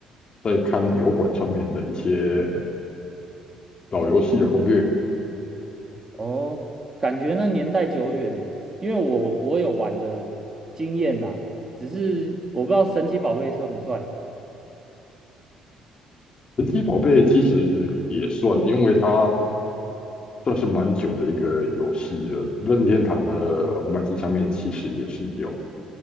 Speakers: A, on the left; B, on the right.
A: 在看油管上面的一些老游戏的攻略。
B: 哦，感觉那年代久远哎，因为我我有玩的经验呐，只是我不知道神奇宝贝算不算。
A: 神奇宝贝其实也算，因为它算是蛮久的一个游戏了。任天堂的红白机上面其实也是有。